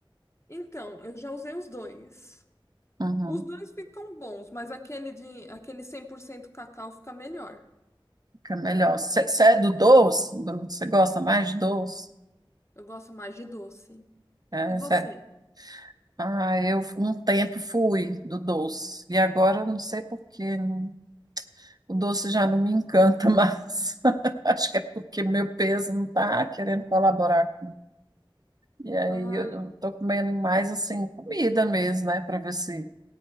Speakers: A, on the left; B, on the right.
A: Então, eu já usei os dois.
B: Uhum,
A: Os dois ficam bons, mas aquele de aquele 100% cacau fica melhor.
B: fica melhor. Você é do doce, Bruno? Você gosta mais de doce?
A: Eu gosto mais de doce.
B: É,
A: E você?
B: cê- é. Ah, eu f- um tempo fui do doce, e agora eu não sei por quê. não- O doce já não me encanta mais. <laughs> Acho que é porque meu peso não está querendo colaborar. E aí
A: Ah,
B: eu estou comendo mais assim, comida mesmo, né? Para ver se.